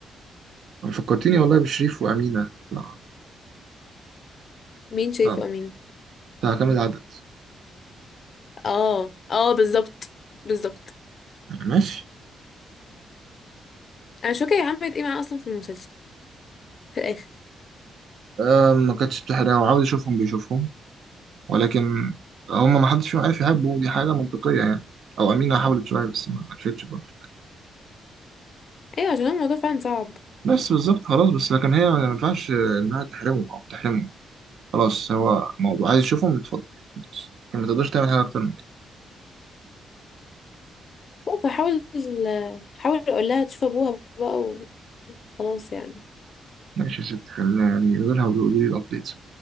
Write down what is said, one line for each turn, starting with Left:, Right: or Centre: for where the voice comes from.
Right: فكرتيني والله بشريف وأمينة لا
Left: مين شايفه
Right: لا
Left: امين
Right: بتاع كام العدد
Left: اه اه بالظبط بالظبط
Right: ماشي
Left: انا مش فاكره هي عملت ايه معاه اصلا في المسلسل في الاخر
Right: أم، ما كانتش بتحرق وعاوز يشوفهم بيشوفهم ولكن هم ما حدش فيهم عارف يحبه دي حاجة منطقية يعني او أمينة حاولت شوية بس ما عرفتش برضه
Left: ايوه عشان هو الموضوع فعلا صعب
Right: بس بالظبط خلاص بس لكن هي ما ينفعش انها تحرمه او تحرمه خلاص هو موضوع عايز يشوفهم يتفضل خلاص لكن ما تقدرش تعمل حاجة اكتر
Left: بس حاول حاول اقول لها تشوف ابوها بقى وخلاص يعني
Right: ماشي يا ست خلينا يعني يقولوا لها ويقولوا لي الابديتس